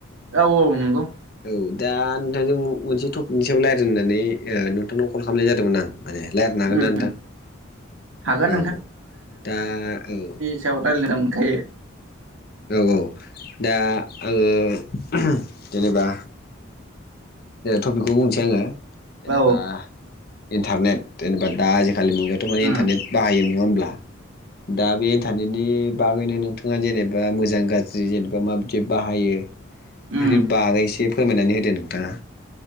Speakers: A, on the right (about 70°); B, on the left (about 45°).
A: औ औ नंगौ।
B: औ दा नोंथांजों मोनसे टपिकनि सायाव रायज्लायनो होननानै नोंथांनाव कल खालामनाय जादोंमोन आं। माने रायलायनो हागोनना
A: उम
B: नोंथां
A: हागोन
B: औ दा औ।
A: बिनि सायाव रायलायनो मोनखायो।
B: औ औ दा आङो जेनेबा टपिकखौ बुंनोसै आङो जेनेबा
A: औ
B: इन्टारनेट जेनेबा दा ज आथिखालनि मुगायावाथ' माने
A: उम
B: इन्टारनेट बाहायो नङा होमब्ला? दा बे इन्टारनेटनि बागैनो नोंथाङा जेनेबा मोजां गाज्रि जेनेबा माबायदि बाहायो। बेफोरनि
A: उम
B: बागै एसे फोरमायनानै होदो नोंथाङा।